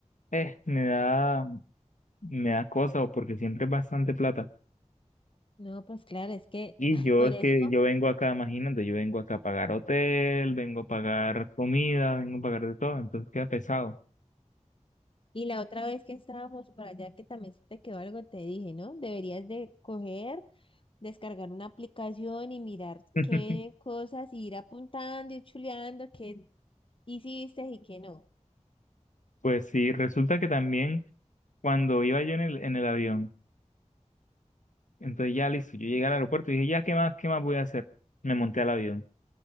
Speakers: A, on the left; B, on the left.
A: eh, me da, me da cosa, o porque siempre es bastante plata.
B: no, pues claro, es que,
A: Y
B: ay,
A: yo
B: por
A: es
B: eso,
A: que yo vengo acá, imagínate, yo vengo acá a pagar hotel, vengo a pagar comida, vengo a pagar de todo, entonces queda pesado.
B: y la otra vez que estábamos por allá, que también se te quedó algo, te dije, ¿no? Deberías de coger, descargar una aplicación y mirar
A: <laughs>
B: qué cosas, y ir apuntando y chuleando qué hiciste y qué no.
A: Pues sí, resulta que también cuando iba yo en el, en el avión, entonces ya listo, yo llegué al aeropuerto y dije, ya, ¿qué más, qué más voy a hacer? Me monté al avión,